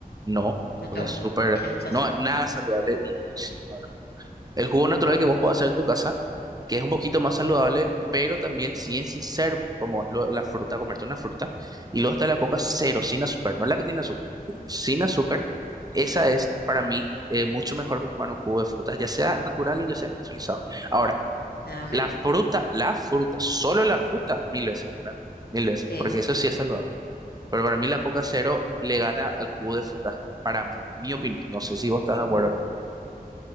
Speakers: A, on the right (about 25°); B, on the left (about 85°).
A: no,
B: no
A: porque
B: te gusta.
A: es súper,
B: Tiene mucho
A: no,
B: azúcar.
A: nada saludable y, y sí, no, El jugo natural que vos podés hacer en tu casa, que es un poquito más saludable, pero también sin sin ser como es lo- la fruta, comerte una fruta. Y luego está la coca cero, sin azúcar, no la que tiene azúcar, la que tiene sin azúcar. Esa
B: Ujú,
A: es para mí eh, mucho mejor que tomar un jugo de frutas, ya sea natural o ya sea industrializado. Ahora,
B: Nada mejor.
A: la fruta, la fruta, solo la fruta, mil veces, ¿verdad? Mil veces,
B: Sí.
A: porque eso sí es saludable. Pero para mí la coca cero le gana al jugo de frutas, para mí, mi opinión. No sé si vos estás de acuerdo
B: ah,
A: o no.